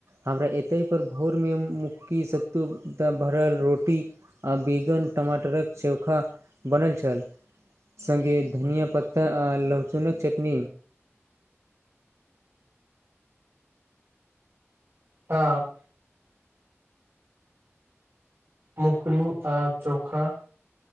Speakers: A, on the right (about 75°); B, on the right (about 55°).
A: हमरा एतै पर भोरमे मक्की सत्तू भरल रोटी आ बेगन टमाटरक चोखा बनल छल संगे धनिया पत्ता आ लहसुनक चटनी
B: तब औंकलू आ चोखा